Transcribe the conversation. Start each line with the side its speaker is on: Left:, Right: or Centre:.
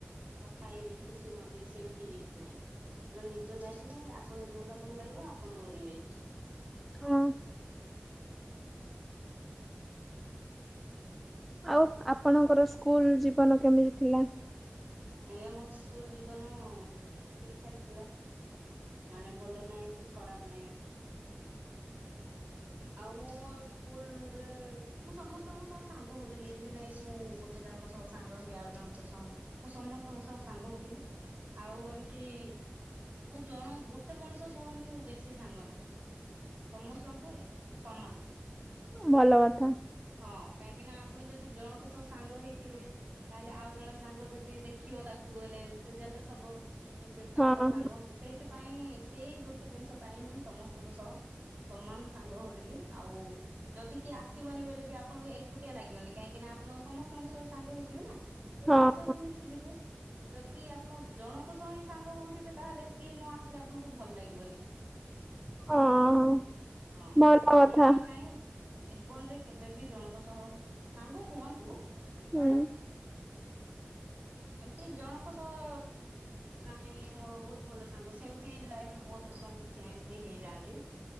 Right: କଥା ହେଇଯୋଉ ଖୁସି ହୁଅନ୍ତି ସେମିତି କିଛି ନାଇଁ। ଆପଣ ନିଜ ଲାଇଫ ରେ ଆପଣଙ୍କୁ ଯୋଉଟା ଭଲ ଲାଗିବ ଆପଣ କରିବେ।
Centre: ହଁ ଆଉ ଆପଣଙ୍କର ସ୍କୁଲ ଜୀବନ କେମିତି ଥିଲା?
Right: ଆଜ୍ଞା ମୋ ସ୍କୁଲ ଜୀବନ ଠିକ ଠାକ ଥିଲା। ମାନେ ଭଲ ନାଇଁ କି ଖରାପ ନାଇଁ। ଆଉ ମୁଁ ମୋ ସ୍କୁଲ ରେ ମୁଁ ସମସ୍ତଙ୍କ ସହ ସାଙ୍ଗ ହଉଥିଲି ଏମିତି ନାଇଁ କି ମୁଁ ଗୋଟେ ଜଣଙ୍କ ସହ ସାଙ୍ଗ ହେବି ଆଉ ଜଣଙ୍କ ସହ ନାହିଁ। ମୁଁ ସମସ୍ତଙ୍କ ସହ ସାଙ୍ଗ ହଉଥିଲି ଆଉ ଏମିତି ମୁଁ ଜଣ ଗୋଟେ ମଣିଷ ସହ ମୁଁ ବେଶୀ ସାଙ୍ଗ ନାହିଁ, ସମସ୍ତଙ୍କ ସମାନ।
Centre: ଭଲ କଥା।
Right: ହଁ କାହିଁକି ନା ଆପଣ ଯଦି ଜଣଙ୍କ ସହ ସାଙ୍ଗ ହେଇଥିବେ ତାହେଲେ ଆଉ ଜଣେ ସାଙ୍ଗ ଯଦି ଦେଖିବ ତାକୁ ହେଲେ ସେ ଜେଲସ ହବ କି ସେ
Centre: ହଁ
Right: ତା ସହ ସାଙ୍ଗ ସେଇଥିପାଇଁ ସେଇ ଗୋଟେ ଜିନିଷ ପାଇଁ ହିଁ ମୁଁ ସମସ୍ତଙ୍କ ସହ ସମାନ ସାଙ୍ଗ ହଉଥିଲି ଆଉ ଯଦି କିଏ ଆସିବନି ବୋଲି ବି ଆପଣଙ୍କୁ ଏକୁଟିଆ ଲାଗିବନି କାହିଁକି ନା ଆପଣ ସମସ୍ତଙ୍କ ସହ ସାଙ୍ଗ ହେଇଥିବେ ନା। ତ
Centre: ହଁ
Right: ଯାହା ସହ ବି ମିଶି ଯିବେ। ଯଦି ଆପଣ ଜଣଙ୍କ ସହ ହିଁ ସାଙ୍ଗ ହଉଥିବେ ତାହେଲେ ସିଏ ନ ଆସିଲେ ଆପଣଙ୍କୁ ଭଲ ଲାଗିବନି।
Centre: ହଁ ହଁ
Right: ହଁ
Centre: ଭଲ କଥା
Right: ସେଇଥିପାଇଁ ଜୀବନରେ କେବେ ବିି ଜଣଙ୍କ ସହ ସାଙ୍ଗ ହୁଅନ୍ତୁ,
Centre: ହୁଁ।
Right: ପର ଏମିତି ଜଣଙ୍କ ସହ ଆନି ମୋର ବହୁତ ଭଲ ସାଙ୍ଗ ସେମତି ଲାଇଫ ରେ ବହୁତ ଲୋକ ଏମତି ଚେଞ୍ଜ ବି ହେଇଯାଆନ୍ତି। <inaudible>